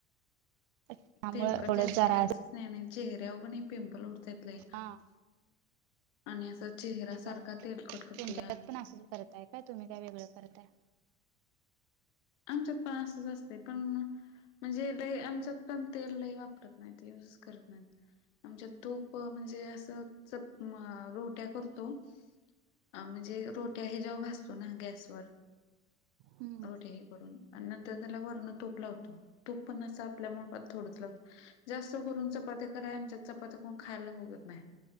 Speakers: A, on the right; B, on the left.
A: त्यामुळे
B: तेलकट
A: तेवढचं
B: जास्त
A: जरास
B: खायचंच नाही नाही, चेहऱ्यावर कनाही पिंपल उटत्यात लय.
A: हा
B: आणि असा चेहरा सारखा
A: बनवते
B: तेलकट होतोया.
A: तुमच्यात पण असचं करतायेत. काय तुम्ही काय वेगळं करताय?
B: आमच्यात पण असंच असत पण, म-म्हणजे लय आमच्यात पण तेल लई वापरत नाहीत. नाही ते युजच करत नाहीत. आमच्या तूप म्हणजे, असं चप -रोट्या करतो. अ म्हणजे रोट्या हे जेव्हा भाजतो ना, गॅसवर
A: हम्म
B: रोट्या हे करून आणि नंतर त्याला वरण तूप लावतो, तूप पण असं आपल्या मापात थोडंच लावतो. जास्त करून चपात्या कराय, आमच्यात चपात्या कोण खायला बघत नाही.